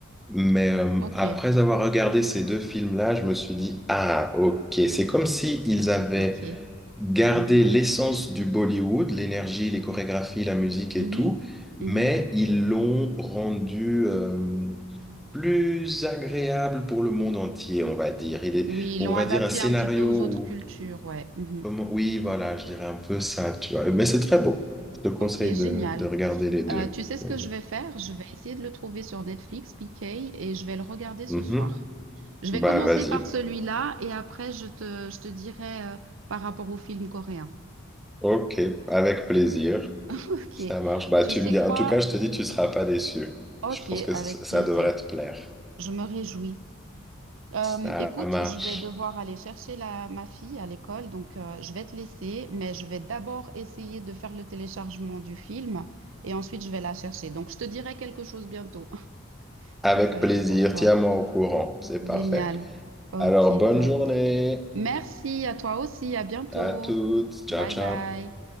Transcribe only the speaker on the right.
Ok.
Ok.
Mhm.
Mhm.
Mhm.
Oui, ils
l'ont
adapté
un petit peu aux autres
cultures, ouais. Mhm.
Ok, génial.
Euh, tu sais ce
que je vais faire? Je vais essayer de le trouver sur Netflix, PK, et je vais le regarder ce
soir. Je vais
commencer
par celui-là et après je te, je te dirai euh, par rapport au film coréen. <laughs>
Ok.
Tu
sais
quoi?
Ok,
avec
plaisir.
Je me réjouis. Euh,
écoute,
je vais devoir aller chercher la, ma fille à l'école, donc euh, je vais te laisser, mais je vais d'abord essayer de faire le téléchargement du film et ensuite je vais la chercher. Donc je te dirai quelque chose bientôt, <laughs>
si ça
joue pour toi.
Génial.
Ok,
top.
Merci à toi aussi, à bientôt.
Bye
bye.